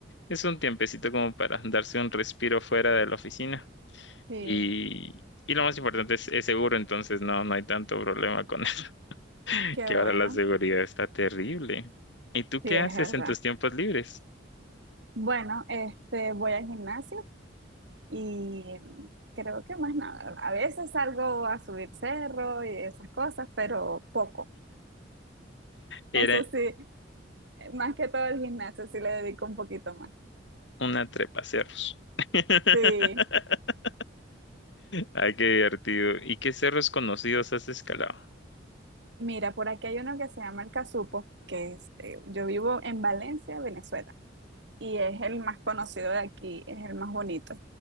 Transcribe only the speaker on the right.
sí,
qué
bueno.
Sí, es
verdad.
Bueno, este, voy al gimnasio y creo que más nada. A veces salgo a subir cerro y esas cosas, pero poco.
Eso sí, más que todo el gimnasio sí le dedico un poquito más.
Sí.
Mira, por aquí hay uno que se llama el Casupo, que es, eh, yo vivo en Valencia, Venezuela, y es el más conocido de aquí, es el más bonito.